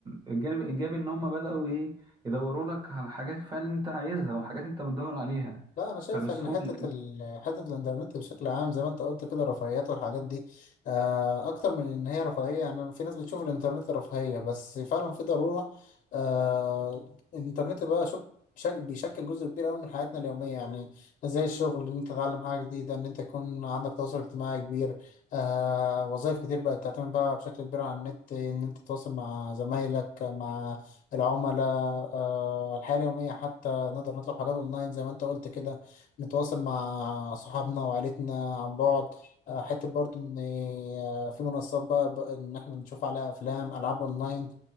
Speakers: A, on the right; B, on the left.
A: الجانب الايجابي ان هم بداوا ايه يدوروا لك على حاجات فعلا انت عايزها وحاجات انت بتدور عليها
B: لا انا شايف
A: فبسهوله
B: ان حته ال... حته الانترنت بشكل عام زي ما انت قلت كده رفاهيات والحاجات دي آه، اكتر من ان هي رفاهيه يعني في ناس بتشوف الانترنت رفاهيه بس فعلا في ضروره آه، الانترنت بقى شك... شك... بيشكل جزء كبير قوي من حياتنا اليوميه يعني زي الشغل ان انت تتعلم حاجه جديده ان انت يكون عندك تواصل اجتماعي كبير آه، وظائف كتير بقت تعتمد بقى بشكل كبير على النت ان انت تتواصل مع زمايلك مع العملاء آه، الحياه اليوميه حتى نقدر نطلب حاجات اونلاين زي ما انت قلت كده نتواصل مع صحابنا وعائلتنا عن بعد آه، حتة برضو ان آه، في منصات بقى بقى ان احنا نشوف عليها افلام العاب اونلاين